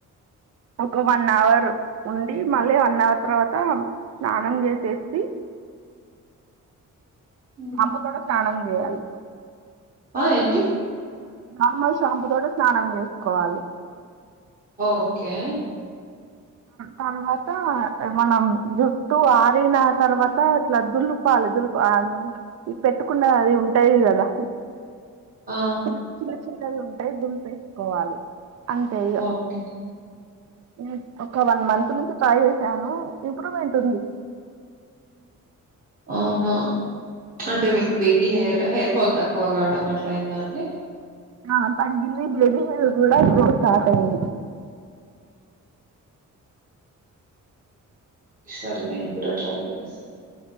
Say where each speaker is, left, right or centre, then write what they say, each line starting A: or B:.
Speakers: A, on the right (about 55°); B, on the right (about 25°).
A: ఒక వన్ అవర్ ఉండి మళ్ళీ వన్ అవర్ తర్వాత స్నానం చేసేసి
B: హ్మ్.
A: షాంపూ తోటే స్నానం చేయాలి
B: ఆ ఏంటి
A: నార్మల్ షాంపు తోటే స్నానం చేసుకోవాలి
B: ఓకే
A: తర్వాతా మనం జుట్టు ఆరిన తర్వాత ఇట్లా దులుపాలి దులిపా అది ఉ పెట్టుకున్న అది ఉంటాది కదా
B: ఆ
A: చిన్న చిన్న చిన్నవి ఉం టె దులిపేసుకోవాలి అంతే అయ్యో
B: ఓకే
A: నే ఒక వన్ మంత్ నుంచి టై చేసాను ఇంప్రూవ్మెంట్ ఉంది
B: అవున అంటే మీకు బేబి హెయిర్ హెయిర్ ఫాల్ తక్ ఎక్కువ కావడం అట్లయింద మే
A: ఆహా పైది ఇరువైపుల కూడా గ్రోత్ స్టార్ట్ అయి
B: సరే నేను కూడా ట్రై చేస్తా చ